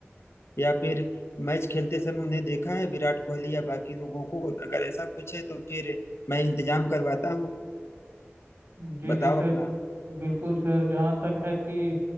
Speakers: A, on the left; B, on the right.
A: या फिर मैच खेलते समय उन्हें देखा है विराट कोहली या बाकी लोगों को अगर ऐसा कुछ है तो फिर मैं इंतजाम करवाता हूँ
B: जी
A: बताओ
B: जी सर
A: अपना
B: बिल्कुल सर जहाँ तक है कि